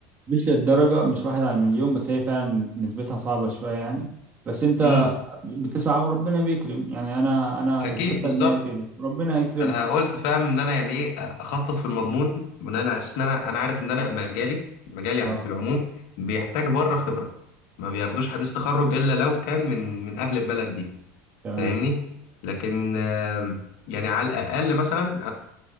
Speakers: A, on the right; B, on the left.
A: مش للدرجة مش واحد على المليون بس هي فعلا نسبتها صعبة شوية يعني بس أنت
B: امم
A: بتسعى وربنا بيكرم يعني أنا أنا
B: اكيد
A: الخطة
B: بالظبط
A: إن هي كده ربنا يكرمك
B: انا قلت فاهم ان انا يعني ايه اخطط في المضمون بناء على اساس ان انا انا عارف ان انا مجالي مجالي
A: اه
B: في العموم بيحتاج بره خبره ما بياخدوش حديث تخرج الا لو كان من من اهل البلد دي
A: تمام
B: فاهمني لكن آم، يعني على الاقل مثلا